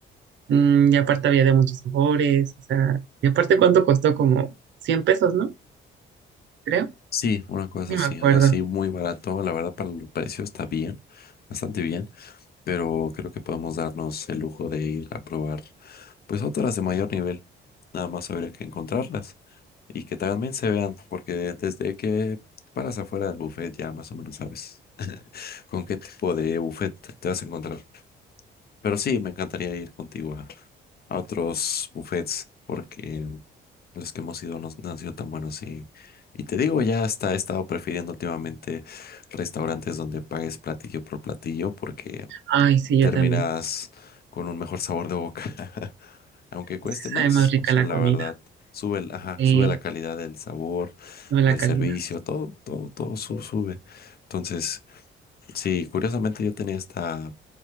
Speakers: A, on the right; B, on the left.
A: mm, y aparte había de muchos sabores, o sea, y aparte cuánto costó, como 100 pesos, ¿no? Creo,
B: Sí, una cosa
A: ni
B: así,
A: me acuerdo.
B: o sea, sí, muy barato, la verdad para el precio está bien, bastante bien, pero creo que podemos darnos el lujo de ir a probar pues otras de mayor nivel, nada más habría que encontrarlas y que también se vean, porque desde que paras afuera del buffet ya más o menos sabes con qué tipo de buffet te vas a encontrar. Pero sí, me encantaría ir contigo a otros buffets porque los que hemos ido no, no han sido tan buenos y, y te digo, ya hasta he estado prefiriendo últimamente restaurantes donde pagues platillo por platillo porque
A: Ay, sí,
B: terminas
A: yo también.
B: con un mejor sabor de boca, <laughs> aunque cueste
A: Es que
B: más,
A: sabe más rica
B: o sea,
A: la
B: la
A: comida,
B: verdad. Sube, el- ajá,
A: eh,
B: sube la calidad del sabor,
A: no la
B: del
A: calidad.
B: servicio, todo, todo, todo su- sube. Entonces, sí, curiosamente yo tenía esta